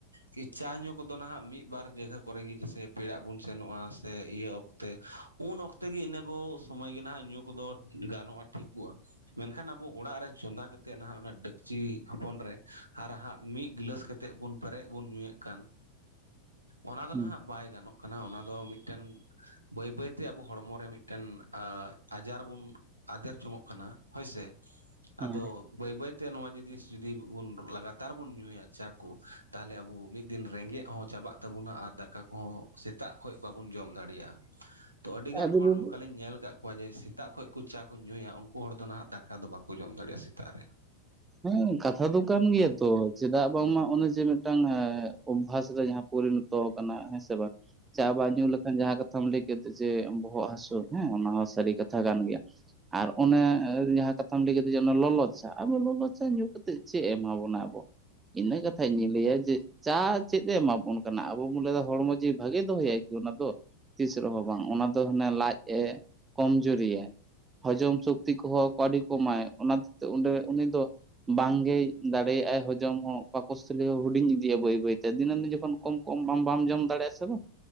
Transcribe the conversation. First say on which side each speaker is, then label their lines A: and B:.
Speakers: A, on the right; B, on the right.
A: ᱠᱤ ᱪᱟ ᱧᱩ ᱠᱚᱫᱚ ᱱᱟᱦᱟᱜ ᱢᱤᱫᱼᱵᱟᱨ ᱡᱟᱭᱜᱟ ᱠᱚᱨᱮ ᱜᱮ ᱡᱮᱭᱥᱮ ᱯᱮᱲᱟᱜ ᱵᱚᱱ ᱥᱮᱱᱚᱜᱼᱟ ᱥᱮ ᱤᱭᱟᱹ ᱚᱠᱛᱚ ᱩᱱ ᱚᱠᱛᱮ ᱜᱮ ᱤᱱᱟᱹ ᱠᱚ ᱥᱚᱢᱚᱭ ᱜᱮ ᱱᱟᱦᱟᱜ ᱧᱩ ᱠᱚᱫᱚ ᱜᱟᱱᱚᱜᱼᱟ ᱴᱷᱤᱠᱚᱜᱼᱟ ᱾ ᱢᱮᱱᱠᱷᱟᱱ ᱟᱵᱚ ᱚᱲᱟᱜ ᱨᱮ ᱪᱚᱸᱫᱟ ᱠᱟᱛᱮᱫ ᱱᱟᱦᱟᱜ ᱚᱱᱟ ᱰᱮᱠᱪᱤ ᱦᱚᱯᱚᱱ ᱨᱮ ᱟᱨ ᱦᱟᱸᱜ ᱢᱤᱫ ᱜᱤᱞᱟᱹᱥ ᱠᱟᱛᱮ ᱛᱮᱫ ᱵᱚᱱ ᱯᱮᱨᱮᱡ ᱵᱚᱱ ᱧᱩᱭᱮᱫ ᱠᱟᱱ ᱚᱱᱟ ᱫᱚ
B: ᱦᱩᱸ
A: ᱱᱟᱦᱟᱜ
B: ᱦᱩᱸ
A: ᱵᱟᱭ ᱜᱟᱱᱚᱜ ᱠᱟᱱᱟ ᱚᱱᱟ ᱫᱚ ᱢᱤᱫᱴᱮᱱ ᱵᱟᱹᱭ ᱵᱟᱹᱭ ᱛᱮ ᱟᱵᱚ ᱦᱚᱲᱢᱚ ᱨᱮ ᱢᱤᱫᱴᱮᱱ ᱟᱡᱟᱨ ᱵᱚᱱ ᱟᱫᱮᱨ ᱡᱚᱝᱚᱜ ᱠᱟᱱᱟ ᱦᱚᱭ ᱥᱮ ᱾
B: ᱦᱮᱸ
A: ᱟᱫᱚ ᱵᱟᱹᱭ ᱵᱟᱹᱭ ᱛᱮ ᱱᱚᱣᱟ ᱡᱤᱱᱤᱥ ᱡᱩᱫᱤ ᱵᱚ ᱞᱟᱜᱟᱛᱟᱨ ᱵᱚᱱ ᱧᱩᱭᱟ ᱪᱟ ᱠᱚ ᱛᱟᱦᱚᱞᱮ ᱟᱵᱚ ᱢᱤᱫ ᱫᱤᱱ ᱨᱮᱸᱜᱮᱡ ᱦᱚᱸ ᱪᱟᱵᱟᱜ ᱛᱟᱵᱚᱱᱟ ᱟᱨ ᱫᱟᱠᱟ ᱠᱚᱦᱚᱸ ᱥᱮᱛᱟᱜ ᱠᱷᱚᱱ ᱵᱟᱵᱚᱱ ᱡᱚᱢ ᱫᱟᱲᱮᱭᱟᱜᱼᱟ ᱾ ᱛᱚ ᱟᱹᱰᱤ ᱜᱟᱱ
B: ᱟᱫᱚ
A: ᱦᱚᱲ
B: ᱵᱟᱹᱵᱩ
A: ᱱᱚᱝᱠᱟ ᱞᱤᱧ ᱧᱮᱞ ᱟᱠᱟᱫ ᱠᱚᱣᱟ ᱡᱮ ᱥᱮᱛᱟᱜ ᱠᱷᱚᱱ ᱠᱚ <unintelligible> ᱠᱚ ᱧᱩᱭᱟ ᱩᱱᱠᱩ ᱦᱚᱲ ᱫᱚ ᱱᱟᱦᱟᱜ ᱫᱟᱠᱟ ᱫᱚ ᱵᱟᱠᱚ ᱡᱚᱢ ᱫᱟᱲᱮᱭᱟᱜᱼᱟ ᱥᱮᱛᱟᱜ ᱨᱮ ᱾
B: ᱦᱮᱸ ᱠᱟᱛᱷᱟ ᱫᱚ ᱠᱟᱱ ᱜᱮᱭᱟ ᱛᱚ ᱪᱮᱫᱟᱜ ᱵᱟᱝᱢᱟ ᱚᱱᱮ ᱡᱮ ᱢᱤᱫᱴᱟᱝ ᱚᱵᱷᱟᱥ ᱨᱮ ᱡᱟᱦᱟᱸ ᱯᱚᱨᱤᱵᱚᱨᱛᱚᱱ ᱟᱠᱟᱱᱟ ᱦᱮᱸ ᱥᱮ ᱵᱟᱝ ᱾ ᱪᱟ ᱵᱟᱝ ᱧᱩ ᱞᱮᱠᱷᱟᱱ ᱡᱟᱦᱟᱸ ᱠᱟᱛᱷᱟᱢ ᱞᱟᱹᱭ ᱠᱮᱫ ᱡᱮ ᱵᱚᱦᱚᱜ ᱦᱟᱹᱥᱩ ᱦᱮᱸ ᱚᱱᱟ ᱦᱚᱸ ᱥᱟᱹᱨᱤ ᱠᱟᱛᱷᱟ ᱠᱟᱱ ᱜᱮᱭᱟ ᱾ ᱟᱨ ᱚᱱᱮ ᱡᱟᱦᱟᱸ ᱠᱟᱛᱷᱟᱢ ᱞᱟᱹᱭ ᱠᱮᱫ ᱡᱮ ᱞᱚᱞᱚ ᱪᱟ <unintelligible> ᱪᱟ ᱧᱩ ᱠᱟᱛᱮᱫ ᱪᱮᱫ ᱮᱢᱟ ᱵᱚᱱᱟ ᱟᱵᱚ ᱤᱱᱟᱹ ᱠᱟᱛᱷᱟ ᱤᱧᱤᱧ ᱞᱟᱹᱭᱟ ᱡᱮ ᱪᱟ ᱪᱮᱫ ᱮ ᱮᱢᱟ ᱵᱚᱱ ᱠᱟᱱᱟ ᱟᱵᱚ ᱵᱚᱱ ᱞᱟᱹᱭᱫᱟ ᱦᱚᱲᱢᱚ ᱡᱤᱣᱤ ᱵᱷᱟᱜᱮ ᱫᱚᱦᱚ ᱭᱟᱭ ᱠᱤ ᱚᱱᱟ ᱫᱚ? ᱛᱤᱥ ᱨᱮᱦᱚᱸ ᱵᱟᱝ ᱚᱱᱟ ᱫᱚ ᱦᱟᱱᱮ ᱞᱟᱡ ᱮ ᱠᱚᱢ ᱡᱩᱨᱤ ᱭᱟᱭ ᱾ ᱦᱚᱡᱚᱢ ᱥᱚᱠᱛᱤ ᱠᱚᱦᱚᱸ ᱟᱹᱰᱤ ᱠᱚᱢᱟᱭ ᱚᱱᱟ ᱛᱮ ᱚᱸᱰᱮ ᱩᱱᱤ ᱫᱚ ᱵᱟᱝᱜᱮᱭ ᱫᱟᱲᱮᱭᱟᱜ ᱟᱭ ᱦᱚᱡᱚᱢ ᱦᱚᱸ <unintelligible> ᱦᱩᱰᱤᱧ ᱤᱫᱤᱜᱼᱟ ᱵᱟᱹᱭ ᱵᱟᱹᱭᱛᱮ ᱫᱤᱱᱟᱹᱢ ᱫᱤᱱ ᱡᱚᱠᱷᱚᱱ ᱠᱚᱢ ᱠᱚᱢ ᱵᱟᱢ ᱵᱟᱢ ᱡᱚᱢ ᱫᱟᱲᱮᱭᱟᱜᱼᱟ ᱥᱮ ᱵᱟᱝ